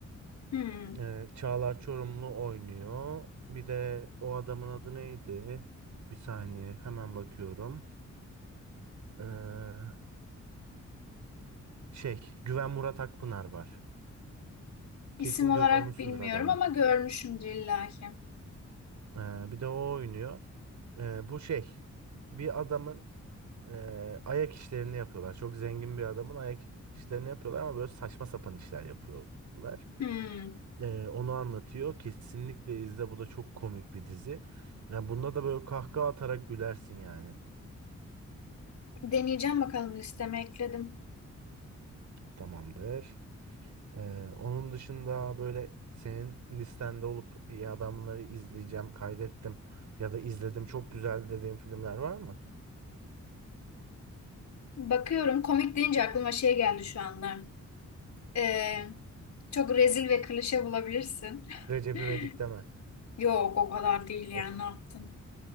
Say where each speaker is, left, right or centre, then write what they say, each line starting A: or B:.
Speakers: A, on the left (about 70°); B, on the right (about 75°).
A: Hmm.
B: Ee, Çağlar Çorumlu oynuyor. Bir de o adamın adı neydi? Bir saniye hemen bakıyorum. Ee, şey Güven Murat Akpınar var.
A: İsim
B: Kesin
A: olarak
B: görmüşsündür
A: bilmiyorum
B: adamı.
A: ama görmüşümdür illaki.
B: Ee, bir de o oynuyor. Ee, bu şey bir adamın e, ayak işlerini yapıyorlar. Çok zengin bir adamın ayak işlerini yapıyorlar ama böyle saçma sapan işler yapıyorlar.
A: Hmm.
B: Ee, onu anlatıyor. Kesinlikle izle bu da çok komik bir dizi. Yani bunda da böyle kahkaha atarak gülersin yani.
A: Deneyeceğim bakalım listeme ekledim.
B: Tamamdır. Ee, onun dışında böyle senin listende olup ya ben bunları izleyeceğim, kaydettim ya da izledim çok güzel dediğin filmler var mı?
A: Bakıyorum komik deyince aklıma şey geldi şu anda. Ee, çok rezil ve klişe bulabilirsin.
B: Recep
A: <laughs>
B: İvedik deme.
A: Yok o kadar değil yani
B: Of
A: ne yaptın?